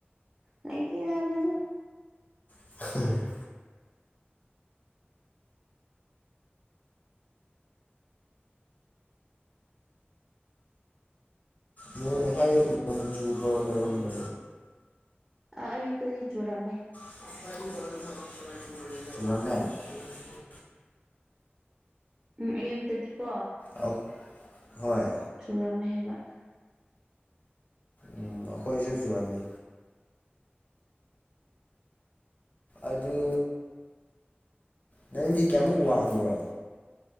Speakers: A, on the right (about 15°); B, on the left (about 40°).
A: ꯂꯩꯇꯦꯗ ꯑꯗꯨꯁꯨ
B: <unintelligible> ꯅꯣꯡꯅ ꯍꯥꯏꯔ ꯅꯣꯡ ꯆꯨꯕ꯭ꯔꯣ ꯅꯣꯏꯔꯣꯝꯗ
A: ꯑ ꯑꯌꯨꯛꯇꯗꯤ ꯆꯨꯔꯝꯃꯦ
B: <unintelligible>
A: ꯎꯝ ꯑꯌꯨꯛꯇꯗꯤꯀꯣ
B: ꯑꯧ ꯍꯣꯏ
A: ꯆꯨꯔꯝꯃꯦ ꯍꯥꯏꯕ
B: ꯎꯝ ꯑꯩꯈꯣꯏꯁꯨ ꯆꯨꯔꯝꯃꯤ ꯑꯗꯨ ꯅꯪꯗꯤ ꯀꯌꯥꯃꯨꯛ ꯋꯥꯡꯕ꯭ꯔꯣ